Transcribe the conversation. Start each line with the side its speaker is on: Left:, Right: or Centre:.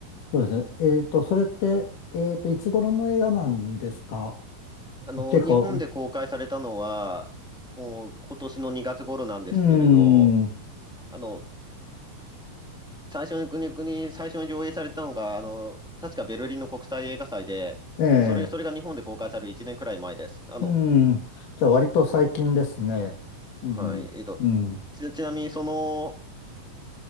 Left: そうですね。えっと、それって、えっと、いつ頃の映画なんですか
Centre: あの、
Left: 結構、
Centre: 日本で公開されたのは、もう今年の2月頃なんですけれど、
Left: うん。
Centre: あの、最初に国に最初に上映されたのが、あの、確かベルリンの国際映画祭で、
Left: ええ、
Centre: それ、それが日本で公開される1年くらい前です。あの、
Left: うん。じゃあ、割と最近ですね。うん。
Centre: はい、えっと、
Left: うん。
Centre: ち、ちなみにその、